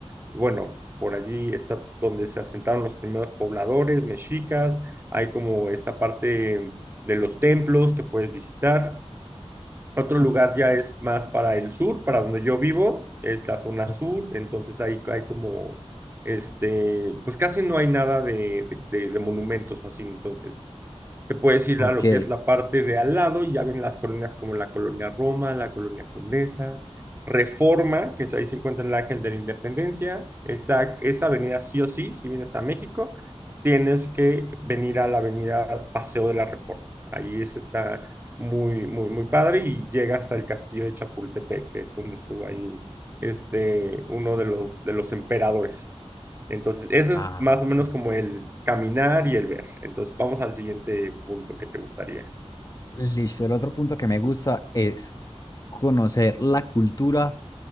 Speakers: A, on the right; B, on the left.
A: bueno, por allí está donde se asentaron los primeros pobladores mexicas, hay como esta parte de los templos que puedes visitar. Otro lugar ya es más para el sur, para donde yo vivo, es la zona
B: Ok.
A: sur, entonces ahí hay como, este, pues casi no hay nada de, de, de- de monumentos así, entonces te puedes ir
B: Ok,
A: a lo que es la parte de al lado y ya ven las colonias como la Colonia Roma, la Colonia Condesa, Reforma, que es ahí se encuentra el Ángel de la Independencia, esa, esa avenida sí o sí, si vienes a México, tienes que venir a la avenida Paseo de la Reforma. Ahí es, está muy, muy, muy padre y llega hasta el castillo de Chapultepec, que es donde estuvo ahí este, uno de los, de los emperadores. Entonces, eso
B: Ah,
A: es más
B: ok.
A: o menos como el caminar y el ver. Entonces, vamos al siguiente punto que te gustaría.
B: listo. El otro punto que me gusta es conocer la cultura,